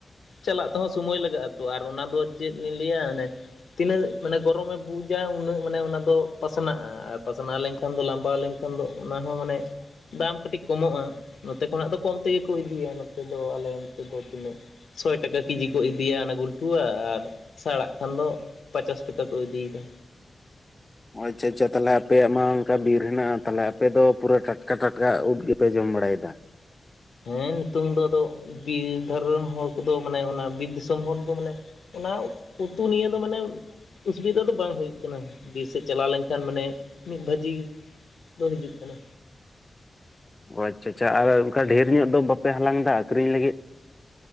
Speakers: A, on the left (about 80°); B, on the left (about 25°).
A: ᱪᱟᱞᱟᱜ ᱛᱮᱦᱚᱸ ᱥᱚᱢᱚᱭ ᱞᱟᱜᱟᱜ ᱟᱛᱚ ᱟᱨ ᱚᱱᱟᱫᱚ ᱪᱮᱫ ᱞᱤᱧ ᱞᱟᱹᱭᱟ ᱚᱱᱮ ᱛᱤᱱᱟᱹᱜ ᱢᱟᱱᱮ ᱜᱚᱨᱚᱢᱮᱢ ᱵᱩᱡᱟ ᱩᱱᱟᱹᱜ ᱢᱟᱱᱮ ᱚᱱᱟ ᱫᱚ ᱯᱟᱥᱱᱟᱜ-ᱟ ᱟᱨ ᱯᱟᱥᱱᱟᱣ ᱞᱮᱱᱠᱷᱟᱱ ᱫᱚ ᱞᱟᱢᱵᱟᱣ ᱞᱮᱱ ᱛᱚᱱᱫᱚ ᱚᱱᱟ ᱦᱚᱸ ᱢᱟᱱᱮ, ᱫᱟᱢ ᱠᱟᱹᱴᱤᱡ ᱠᱚᱢᱚᱜ-ᱟ ᱱᱚᱛᱮ ᱠᱷᱚᱱᱟᱜ ᱫᱚ ᱠᱚᱢ ᱛᱮᱜᱮ ᱠᱚ ᱤᱫᱤᱭᱟ ᱱᱚᱛᱮ ᱫᱚ᱾ ᱟᱞᱮ ᱱᱚᱛᱮ ᱫᱚ ᱛᱤᱱᱟᱹᱜ? ᱥᱳᱭ ᱴᱟᱠᱟ ᱠᱮᱡᱤ ᱠᱚ ᱤᱫᱤᱭᱟ ᱚᱱᱟ ᱜᱩᱞᱴᱩᱣᱟᱜ, ᱟᱨ ᱥᱟᱲᱟᱜ ᱠᱷᱟᱱ ᱫᱚ ᱯᱟᱪᱟᱥ ᱴᱟᱠᱟ ᱠᱚ ᱤᱫᱤᱭᱫᱟ᱾
B: ᱚ ᱟᱪᱪᱷᱟ ᱟᱪᱪᱷᱟ ᱛᱟᱦᱞᱮ ᱟᱯᱮᱭᱟᱜ ᱢᱟ ᱚᱱᱠᱟ ᱵᱤᱨ ᱦᱮᱱᱟᱜ-ᱟ ᱛᱟᱦᱞᱮ ᱟᱯᱮ ᱫᱚ ᱯᱩᱨᱟᱹ ᱴᱟᱴᱠᱟ ᱴᱟᱴᱠᱟ ᱩᱫ ᱜᱮᱯᱮ ᱡᱚᱢ ᱵᱟᱲᱟᱭᱫᱟ᱾
A: ᱦᱮᱸ ᱱᱤᱛᱳᱝ ᱫᱚ ᱟᱫᱚ ᱵᱤᱨ ᱫᱷᱟᱨᱮ ᱨᱮᱱ ᱦᱚᱲ ᱠᱚᱫᱚ ᱢᱟᱱᱮ ᱚᱱᱟ ᱵᱤᱨ ᱫᱤᱥᱚᱢ ᱦᱚᱲ ᱫᱚ ᱢᱟᱱᱮ ᱚᱱᱟ ᱩᱛᱩ ᱱᱤᱭᱟᱹ ᱫᱚ ᱢᱟᱱᱮ ᱩᱥᱵᱤᱫᱟ ᱫᱚ ᱵᱟᱝ ᱦᱳᱭᱳᱜ ᱠᱟᱱᱟ ᱵᱤᱨ ᱥᱮᱫ ᱪᱟᱞᱟᱣ ᱞᱮᱱᱠᱷᱟᱱ ᱢᱟᱱᱮ ᱵᱷᱟᱹᱡᱤ ᱫᱚ ᱦᱤᱡᱩᱜ ᱠᱟᱱᱟ᱾
B: ᱚ ᱟᱪᱪᱷᱟ ᱟᱪᱪᱷᱟ ᱟᱨ ᱚᱱᱠᱟ ᱫᱷᱮᱨ ᱧᱚᱜ ᱫᱚ ᱵᱟᱯᱮ ᱦᱟᱞᱟᱝ ᱫᱟ ᱟᱠᱷᱨᱤᱧ ᱞᱟᱹᱜᱤᱫ?